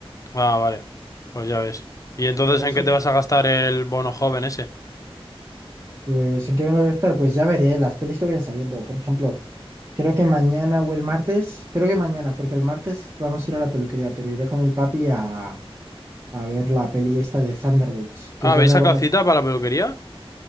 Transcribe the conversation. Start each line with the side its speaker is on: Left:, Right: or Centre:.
Left: Ah, vale. Pues ya ves. ¿Y entonces
Right: Por eso,
Left: en qué te vas a gastar el bono joven ese?
Right: pues, ¿en qué me voy a estar? Pues ya veré las pelis que vayan saliendo, por ejemplo, creo que mañana o el martes, creo que mañana, porque el martes vamos a ir a la peluquería, pero iré con el papi a, a ver la peli esta de Thunderbolts, que
Left: Ah,
Right: es
Left: ¿habéis
Right: la nueva
Left: sacado
Right: canción.
Left: cita para la peluquería?